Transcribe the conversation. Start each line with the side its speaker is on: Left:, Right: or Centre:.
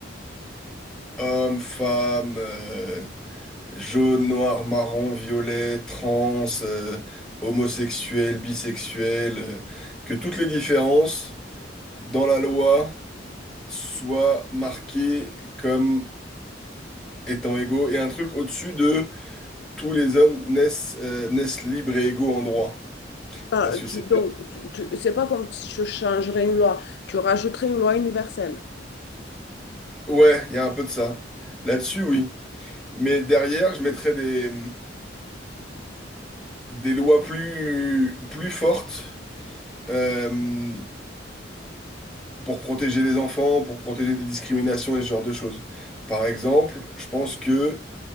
Centre: homme, femme, euh, jaune, noir, marron, violet, trans, euh, homosexuel, bisexuel, euh, que toutes les différences dans la loi. soit marqué comme étant égaux et un truc au-dessus de tous les hommes naissent, euh, naissent libres et égaux en droit.
Left: euh,
Centre: Parce que
Left: tu,
Centre: c'est...
Left: donc, tu, tu- c'est pas comme si tu changerais une loi, tu rajouterais une loi universelle.
Centre: Ouais, il y a un peu de ça. Là-dessus, oui. Mais derrière, je mettrais des, des lois plus, plus fortes euh, pour protéger les enfants, pour protéger des discriminations et ce genre de choses. Par exemple, je pense que